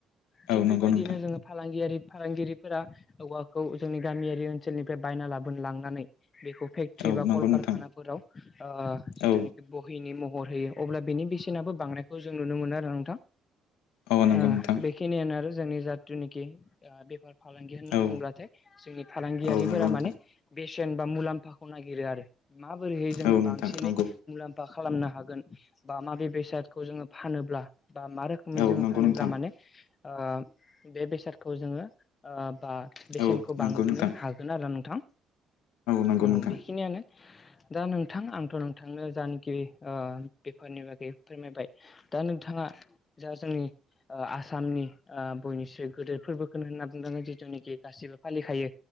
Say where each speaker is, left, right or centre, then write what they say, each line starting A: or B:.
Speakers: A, on the left; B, on the left.
A: औ
B: थिग
A: नंगौ
B: बेबायदिनो
A: नोंथां
B: जोङो फालांगियारि फालांगिरिफोरा औवाखौ जोंनि गामियारि ओनसोलनिफ्राय बायना लाबोन लांनानै बेखौ फेक्ट्रि
A: औ
B: बा
A: नंगौ
B: कलकारखानाफोराव
A: नोंथां
B: ओ जिथुनोखि
A: औ
B: बहिनि महर होयो अब्ला बेनि बेसेनाबो बांनायखौ जों नुनो मोनो आरो नोंथां।
A: औ नंगौ
B: ओ
A: नोंथां
B: बेखिनियानो आरो जोंनि जाथुनिखि आ बेफार फालांगि होनना
A: औ
B: बुङोब्लाथाय जोंनि फालांगियारिफोरा
A: औ नंगौ नोंथां
B: माने बेसेन बा मुलाम्फाखौ नागिरो आरो। माबोरैहाय जोङो
A: औ
B: बांसिनै
A: नोंथां नंगौ
B: मुलाम फा खालामनो हागोन बा माबे बेसादखौ जोङो फानोब्ला बा मा रोखोमै
A: औ
B: जोङो
A: नंगौ
B: फानोब्ला
A: नोंथां
B: माने ओ बे बेसादखौ जोङो ओ बा बेसेनखौ
A: औ
B: बांबोनो
A: नंगौ नोंथां
B: हागोन आरो नोंथां
A: नंगौ
B: औ
A: नोंथां
B: बेखिनियानो दा नोंथां आंथ' नोंथांनो जानाखि ओ बेफारनि बागै फोरमायबाय दा नोंथाङा जा जोंनि ओ आसामनि ओ बयनिस्रु गोदोर फोरबोखौनो होनना बुंनागोन जिथुनाखि गासिबो फालिखायो